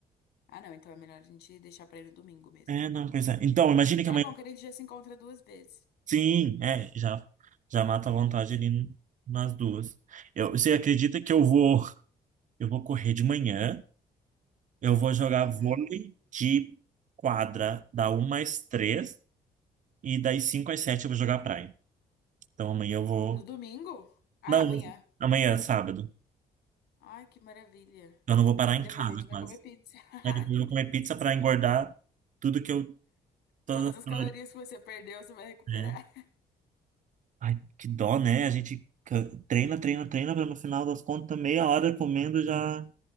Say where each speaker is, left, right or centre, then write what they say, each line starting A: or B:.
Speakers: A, on the left; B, on the right.
A: Ah, não, então é melhor a gente deixar pra ir no domingo mesmo.
B: É, não, pois é. Então, imagine que
A: É
B: amanhã.
A: bom que a gente já se encontra duas vezes.
B: Sim, é, já, já mata a vontade ali nas duas. Eu, você acredita que eu vou, eu vou correr de manhã? Eu vou jogar
A: Uhum.
B: vôlei de quadra da 1 às 3 e das 5 às 7 eu vou jogar praia. Então amanhã eu vou.
A: No domingo? Ah,
B: Não,
A: é amanhã.
B: amanhã, é sábado.
A: Ai, que maravilha.
B: Eu não vou parar
A: E
B: em
A: depois
B: casa
A: a gente vai
B: quase.
A: comer pizza. <laughs>
B: Aí
A: Ai,
B: depois
A: que
B: eu vou
A: delícia.
B: comer pizza pra engordar tudo que eu. Todas
A: Todas
B: as
A: as
B: calorias,
A: calorias que você perdeu, você vai recuperar.
B: né? Ai, que dó, né? A gente ca- treina, treina, treina pra no final das contas, meia hora comendo já.